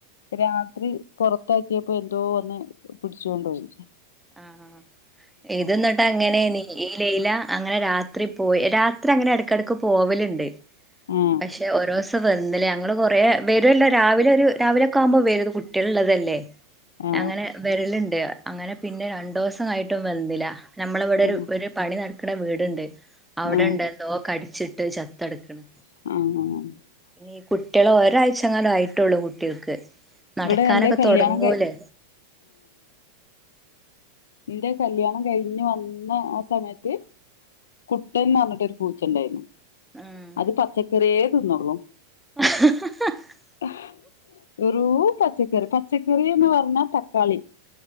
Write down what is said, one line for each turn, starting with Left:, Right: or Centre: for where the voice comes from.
Left: രാത്രി പുറത്താക്കിയപ്പൊ എന്തോ വന്ന് പിടിച്ചോണ്ടോയി
Centre: ആഹ് ഹാ ഇത് ഇന്നട്ട് അങ്ങനേ നി ഈ ലൈല അങ്ങനെ രാത്രി പോയി രാത്രി അങ്ങനെ ഇടക്കെടക്ക് പോവല്ണ്ട്
Left: ആ
Centre: പക്ഷെ ഓരോ ന്ന് ലേ ഞങ്ങള് കൊറേ വരുല്ലോ രാവിലെ ഒരു രാവിലെ ഒക്കെ ആവുമ്പോ വരും ത് കുട്ടിയേള് ഇള്ളതല്ലേ
Left: ആ
Centre: അങ്ങനെ വെരല്ണ്ട് അങ്ങനെ പിന്നെ രണ്ടോസായിട്ടും വന്നില നമ്മളെവെടെരു
Left: ആ
Centre: ഒരു പണി നടക്ക്ണ വീട്ണ്ട് അവ്ടെണ്ട്ന്തോ
Left: ആ
Centre: കടിച്ചിട്ട് ച ത്തട്ക്ക്ണ്
Left: ആഹ്
Centre: ഈ കുട്ട്യള് ഒരാഴ്ചങ്ങാണ്ടു ആയിട്ടൊള്ളു കുട്ട്യോൾക്ക് നടക്കാനൊക്കെ
Left: ഇവിടെ എന്റെ കല്യാണം
Centre: തൊടങ്ങൂലേ
Left: ക ഇന്റെ കല്യാണം കഴിഞ്ഞ് വന്ന ആ സമയത്ത് കുട്ടൻന്ന്പറഞ്ഞിട്ടൊരു പൂച്ചണ്ടായിന്നു
Centre: ആഹ്
Left: അത് പച്ചക്കറിയേ തിന്നൊള്ളൂ
Centre: <unintelligible>
Left: <unintelligible> പച്ചക്കറി പച്ചക്കറീന്ന് ർന്നാ തക്കാളി